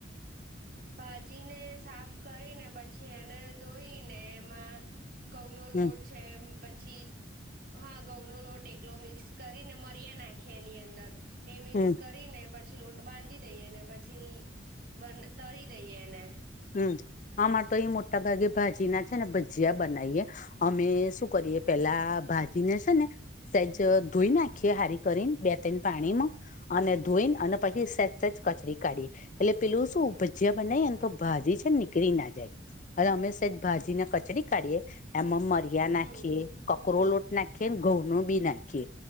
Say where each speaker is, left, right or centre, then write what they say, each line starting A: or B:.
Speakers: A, on the right; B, on the left.
A: ભાજીને સાફ કરીને પછી એને ધોઈને એમાં ઘઉંનો
B: હમ
A: લોટ છે પછી હા ઘઉંનો લોટ એકલો મિક્સ કરીને મરીયા નાખીએ એની અંદર. એ મિક્સ
B: હમ
A: કરીને પછી લોટ બાંધી દઈ અને પછી બંદ કરી દઈએ એને.
B: હમ્મ આમારે તો એ મોટા ભાગે ભાજીના છે ને ભજીયા બનાઈએ. અમે શું કરીએ પેલા ભાજીને છે ને સેજ ધોઈ નાખીએ હારી કરીન બે-ત્રણ પાણીમાં અને ધોઈને અને પહી સેજ-સેજ કચરી કાઢીએ એટલે પેલું શું ભજીયા બનાઇએને તો ભાજી છે ને નીકળી ના જાય. <unintelligible> અમે સેજ ભાજીને કચરી કાઢીએ એમાં મરી યા નાખીએ,
A: હમ
B: કકરો લોટ નાખીએ ને ઘઉંનો બી નાખીએ.